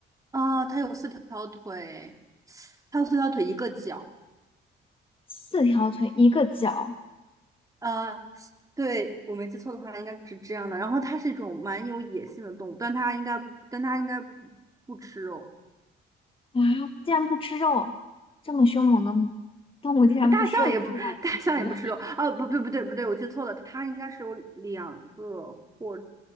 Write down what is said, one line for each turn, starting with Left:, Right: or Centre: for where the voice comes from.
Right: 啊、它有四条腿，它有四条腿，一个脚。
Left: 四条腿，一个脚
Right: 呃，对，我没记错的话，应该是这样的。然后它是一种蛮有野性的动物，但它应该，但它应该不不吃肉。
Left: 啊！竟然不吃肉，这么凶猛的动物竟然不吃肉，
Right: 大象也不，
Left: 这么大的体型的。
Right: <laughs> 大象也不吃肉。哦，不不不对不对，我记错了，它应该是有两个，或者